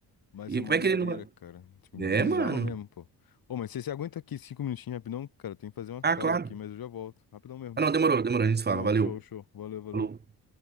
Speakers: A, on the left; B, on the right.
A: Mas
B: E
A: isso é
B: como
A: uma
B: é
A: doideira,
B: que ele não.
A: cara. Tipo,
B: É,
A: bizarro
B: mano.
A: mesmo, pô. Ô, mas você se aguenta aqui cinco minutinhos rapidão? Cara, tem que fazer uma
B: Ah,
A: call
B: claro.
A: aqui, mas eu já volto. Rapidão mesmo.
B: Ah, não, demorou, demorou, a gente se fala.
A: Não,
B: Valeu.
A: show, show. Valeu, valeu.
B: Falou.